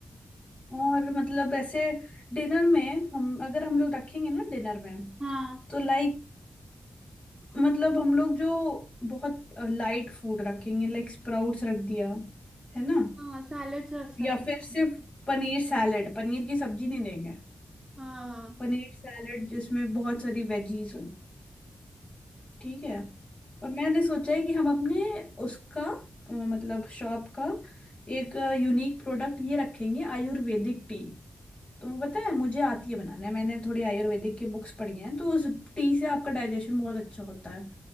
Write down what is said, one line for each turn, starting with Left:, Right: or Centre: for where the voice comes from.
Left: और मतलब ऐसे डिनर में हम अगर हम लोग रखेंगे ना डिनर में
Right: हाँ
Left: तो लाइक मतलब हम लोग जो बहुत लाइट फूड रखेंगे लाइक स्प्राउट्स रख दिया है ना
Right: हाँ सैलेड्स रख सकते
Left: या फिर सिर्फ
Right: हैं
Left: पनीर सैलेड पनीर की सब्जी नहीं देंगे
Right: हाँ हाँ
Left: पनीर सैलेड जिसमें बहुत सारी वेजीज हो ठीक है और मैंने सोचा है कि हम अपने उसका अ, मतलब शॉप का एक यूनिक प्रोडक्ट ये रखेंगे आयुर्वेदिक टी तो वो पता है मुझे आती है बनाना मैंने थोड़ी आयुर्वेदिक की बुक्स पढ़ी हैं तो उस टी से आपका डाइजेशन बहुत अच्छा होता है